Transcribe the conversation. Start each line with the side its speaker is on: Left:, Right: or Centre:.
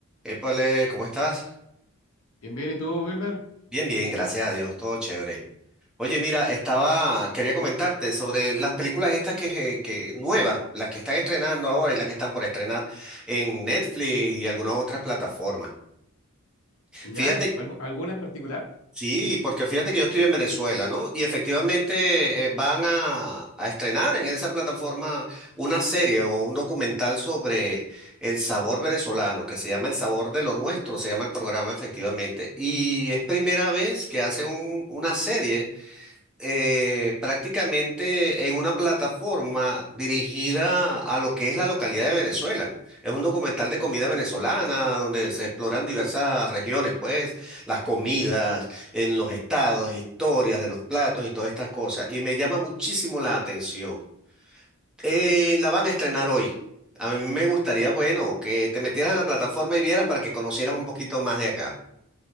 Centre: Épale, ¿cómo estás?
Left: Bien, bien, ¿y tú, Wilmer?
Centre: Bien, bien, gracias a Dios, todo chévere. Oye, mira, estaba, quería comentarte sobre las películas estas que, se- que nuevas, las que están estrenando ahora y las que están por estrenar en Netflix y algunas otras plataformas.
Left: ¿Ya?
Centre: Fíjate
Left: ¿Algu- ¿Alguna en particular?
Centre: Sí, porque fíjate que yo estoy en Venezuela, ¿no? Y efectivamente eh, van a, a estrenar en esa plataforma una serie o un documental sobre el sabor venezolano, que se llama El Sabor de lo Nuestro, se llama el programa efectivamente. Y es primera vez que hacen un- una serie eh, prácticamente en una plataforma dirigida a lo que es la localidad de Venezuela. Es un documental de comida venezolana donde se exploran diversas regiones, pues, las comidas en los estados, historias de los platos y todas estas cosas. Y me llama muchísimo la atención. Eh, la van a estrenar hoy. A mí me gustaría, bueno, que te metieras en la plataforma y vieras para que conocieras un poquito más de acá.